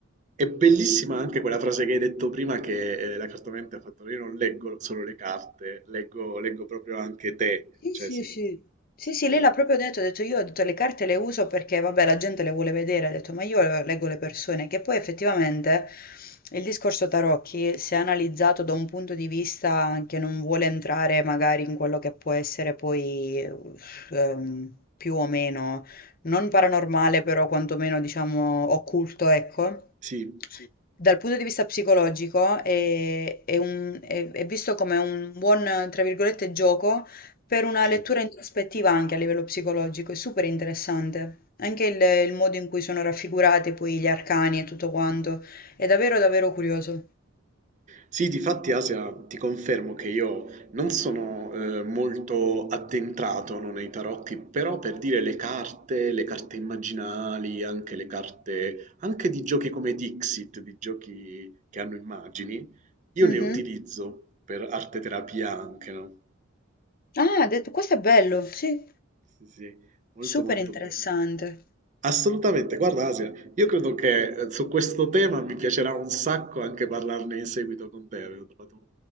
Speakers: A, on the right (about 35°); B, on the left (about 45°).
A: è bellissima anche quella frase che hai detto prima che eh, la cartomante ha fatto, io non leggo solo le carte, leggo, leggo proprio anche te,
B: Sì,
A: cioè
B: sì,
A: sì,
B: sì. Sì,
A: si
B: sì,
A: crea-
B: lei l'ha proprio detto, ha detto io ho detto, le carte le uso perché vabbè la gente le vuole vedere, ha detto ma io leggo le persone, che poi effettivamente il discorso tarocchi, se analizzato da un punto di vista che non vuole entrare magari in quello che può essere poi uff, ehm, più o meno, non paranormale però quantomeno diciamo occulto, ecco
A: sì,
B: dal punto di vista psicologico è, è un- è- è visto come un buon, tra virgolette, gioco per una
A: ok.
B: lettura introspettiva anche a livello psicologico, è super interessante. Anche il, il modo in cui sono raffigurati poi gli arcani e tutto quanto, è davvero davvero curioso.
A: Sì, difatti Asia, ti confermo che io non sono eh, molto addentrato no, nei tarocchi, però per dire le carte, le carte immaginali, anche le carte, anche di giochi come Dixit, di giochi che hanno immagini, io
B: Mhm.
A: le utilizzo per arte terapia anche, no?
B: Ah, detto- questo è bello, sì,
A: Sì, sì, molto
B: super
A: molto
B: interessante.
A: bello. Assolutamente, guarda Asia, io credo che eh, su questo tema mi piacerà un sacco anche parlarne in seguito con te. Avevo trovato